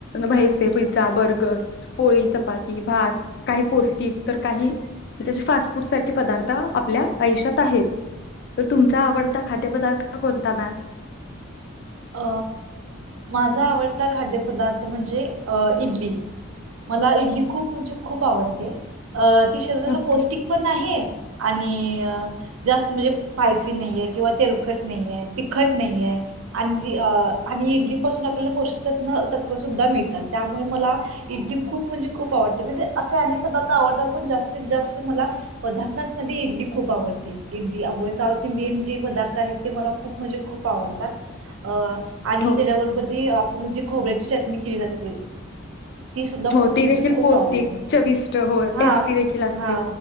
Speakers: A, on the left (about 50°); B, on the right (about 80°).
A: बाहेरचे पिझ्झा, बर्गर, पोळी, चपाती, भात काही पौष्टिक तर काही जे असे फास्ट फूड सारखे पदार्थ आपल्या आयुष्यात आहेत तर तुमचा आवडता खाद्यपदार्थ कोणता मॅम?
B: अ माझा आवडता खाद्यपदार्थ म्हणजे अ इडली. मला इडली खूप म्हणजे खूप आवडते अ ती शरीराला
A: ओके
B: पौष्टिक पण आहे आणि जास्त म्हणजे पायसी नाहीये किंवा तेलखट नाहीये, तिखट नाही आहे आन जी अ आणि इडली पासून आपल्याला पोषकतत्व तत्व सुद्धा मिळतात त्यामुळे मला इडडी खूप म्हणजे खूप आवडते म्हणजे असे अनेक पदार्थ आवडतात पण जास्तीत जास्त मला पदार्थांमध्ये इडली खूप आवडते इडली साऊथ इंडियन जे पदार्थ आहे ते मला खूप म्हणजे खूप आवडतात. अ आणि
A: हो
B: त्याच्याबरोबर ती म्हणजे खोबऱ्याची चटणी केली जाते ती सुद्धा
A: हो
B: खूप
A: ती
B: म्हणजे
A: देखील
B: खूप
A: पौस्टिक
B: आवडते मला.
A: चविष्ट टेस्टी
B: हा
A: देख असते
B: हा